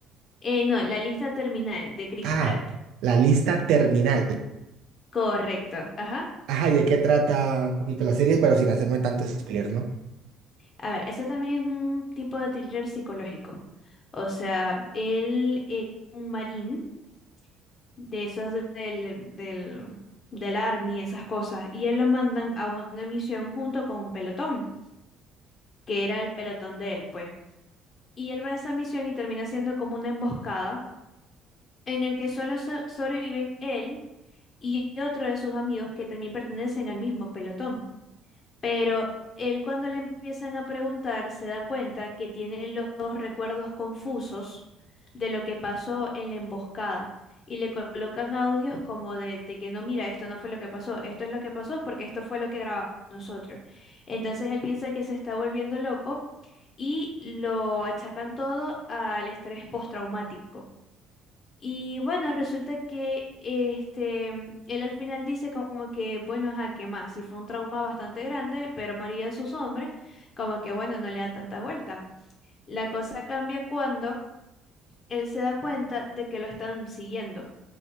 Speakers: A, on the left; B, on the right.
A: Eh, no, La Lista Terminal de Chris
B: Ah,
A: Pratt.
B: la lista terminal.
A: Correcto, ajá.
B: Ajá, ¿y de qué trata un poquito la serie? Pero sin hacerme tanto spoiler, ¿no?
A: A ver, ese también es un tipo de thriller psicológico. O sea, él es un marín de esos de- del, del, del Army, esas cosas, y él lo mandan a una misión junto con un pelotón, que era el pelotón de él, pues. Y él va a esa misión y termina siendo como una emboscada en el que solo so- sobreviven él y otro de sus amigos que también pertenecen al mismo pelotón. Pero él cuando le empiezan a preguntar se da cuenta que tiene lo- los recuerdos confusos de lo que pasó en la emboscada. Y le colocan audios como de, de que no, mira, esto no fue lo que pasó, esto es lo que pasó porque esto fue lo que grabamos nosotros. Entonces él piensa que se está volviendo loco y lo achacan todo al estrés postraumático. Y bueno, resulta que este, él al final dice como que, bueno, ajá, ¿qué más? Si fue un trauma bastante grande, pero María sus hombres, como que, bueno, no le da tanta vuelta. La cosa cambia cuando él se da cuenta de que lo están siguiendo.